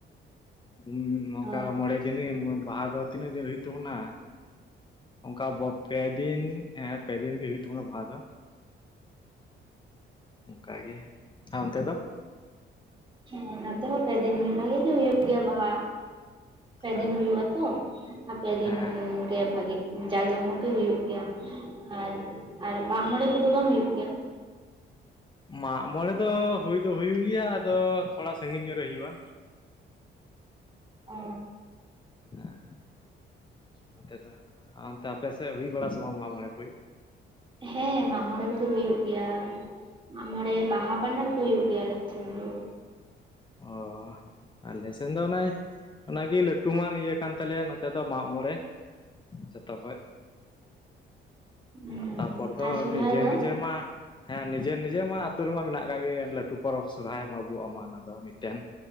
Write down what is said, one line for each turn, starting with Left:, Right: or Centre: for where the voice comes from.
Left: <unintelligible> ᱱᱚᱝᱠᱟ
Right: ᱚ
Left: ᱢᱚᱲᱮ ᱫᱤᱱ ᱦᱚᱭᱳ ᱵᱟᱦᱟ ᱫᱚ ᱛᱤᱱᱟᱹᱜ ᱫᱤᱱ ᱦᱩᱭᱩᱜ ᱛᱩᱱᱟ ᱚᱱᱠᱟ ᱵᱚ ᱯᱮ ᱫᱤᱱ ᱦᱮᱸ ᱯᱮ ᱫᱤᱱ ᱜᱮ ᱦᱩᱭᱩᱜ ᱛᱟᱵᱚᱱᱟ ᱵᱟᱦᱟ ᱫᱚ᱾ ᱚᱱᱠᱟᱜᱮ ᱟᱨ ᱚᱱᱛᱮ ᱫᱚ?
Right: ᱦᱮᱸ ᱱᱚᱛᱮ ᱦᱚᱸ ᱯᱮ ᱫᱤᱱ ᱞᱮᱠᱟ ᱜᱮ ᱵᱷᱟᱜᱤ ᱜᱮ ᱦᱩᱭᱩᱜ ᱜᱮᱭᱟ ᱵᱟᱦᱟ᱾ ᱯᱮ
Left: ᱦᱮᱸ
Right: ᱫᱤᱱ ᱦᱩᱭᱩᱜᱼᱟ ᱛᱚ ᱯᱮ ᱫᱤᱱ
Left: ᱦᱮᱸ
Right: ᱜᱮ ᱵᱷᱟᱜᱮ, ᱡᱟᱠ ᱡᱚᱢᱚᱠ ᱜᱮ ᱦᱩᱭᱩᱜ ᱜᱮᱭᱟ ᱟᱨ ᱟᱨ ᱢᱟᱜ ᱢᱚᱲᱮ ᱠᱚᱫᱚ ᱵᱟᱝ ᱦᱩᱭᱩᱜ ᱜᱮᱭᱟ?
Left: ᱢᱟᱜ ᱢᱚᱬᱮ ᱫᱚ ᱦᱩᱭ ᱫᱚ ᱦᱩᱭᱩᱜ ᱜᱮᱭᱟ ᱟᱫᱚ ᱛᱷᱚᱲᱟ ᱥᱟᱺᱜᱤᱧ ᱧᱚᱜ ᱨᱮ ᱦᱩᱭᱩᱜᱼᱟ᱾
Right: ᱚᱻ
Left: ᱮᱸ ᱱᱚᱛᱮ ᱫᱚ ᱟᱨ ᱚᱱᱛᱮ ᱟᱯᱮ ᱥᱮᱫ ᱦᱩᱭ ᱵᱟᱲᱟᱜ ᱥᱮ ᱵᱟᱝ ᱢᱟᱜᱽ ᱢᱚᱬᱮ ᱠᱩᱭ?
Right: ᱦᱮᱸ ᱢᱟᱜ ᱢᱚᱬᱮ ᱠᱚ ᱫᱚ ᱦᱩᱭᱩᱜ ᱜᱮᱭᱟ, ᱢᱟᱜᱽ ᱢᱚᱬᱮ ᱵᱟᱦᱟ ᱵᱟᱱᱟᱨ ᱜᱮ ᱦᱩᱭᱩᱜ ᱜᱮᱭᱟ ᱟᱞᱮ ᱥᱮᱱ ᱫᱚ᱾
Left: ᱚ ᱟᱞᱮ ᱥᱮᱱ ᱫᱚ ᱚᱱᱟᱭ ᱚᱱᱟᱜᱮ ᱞᱟᱹᱴᱩ ᱢᱟᱱ ᱤᱭᱟᱹ ᱠᱟᱱ ᱛᱟᱞᱮᱭᱟ ᱱᱚᱛᱮ ᱫᱚ ᱢᱟᱜ ᱢᱚᱬᱮ, ᱡᱚᱛᱚ ᱠᱷᱚᱡ᱾
Right: ᱦᱩᱸ
Left: ᱛᱟᱯᱚᱨ ᱫᱚ
Right: ᱟᱨ ᱥᱚᱨᱦᱟᱭ
Left: ᱱᱤᱡᱮᱨ
Right: ᱫᱚ
Left: ᱱᱤᱡᱮᱨ ᱢᱟ ᱦᱮᱸ ᱱᱤᱡᱮᱨ ᱱᱤᱡᱮᱨ ᱢᱟ ᱟᱛᱩ ᱨᱮᱢᱟ ᱢᱮᱱᱟᱜ ᱠᱟᱜ ᱜᱮ ᱞᱟᱹᱴᱩ ᱯᱚᱨᱚᱵᱽ ᱥᱚᱨᱦᱟᱭ ᱢᱟ ᱟᱵᱩᱣᱟᱜ ᱢᱟ ᱚᱱᱟ ᱫᱚ, ᱢᱤᱫᱴᱮᱱ᱾